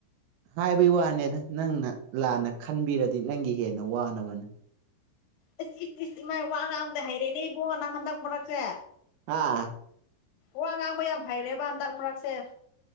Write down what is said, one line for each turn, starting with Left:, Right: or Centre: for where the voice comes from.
Right: ꯍꯥꯏꯕꯩ ꯋꯥꯅꯦꯗ ꯅꯪꯅ ꯂꯥꯟꯅ ꯈꯟꯕꯤꯔꯗꯤ ꯅꯪꯒꯤ ꯍꯦꯟꯅ ꯋꯥꯅꯕꯅꯦ
Left: ꯑꯁ ꯏꯁ ꯏꯁ ꯏꯃꯥꯏ ꯋꯥ ꯉꯥꯡꯕꯗ ꯍꯩꯔꯦꯅꯦ ꯏꯕꯨꯡꯉꯣ ꯅꯪ ꯍꯟꯗꯛ ꯃꯔꯛꯁꯦ
Right: ꯍꯥ
Left: ꯋꯥ ꯉꯥꯡꯕ ꯌꯥꯝ ꯍꯩꯔꯦꯕ ꯍꯟꯇꯛ ꯃꯔꯛꯁꯦ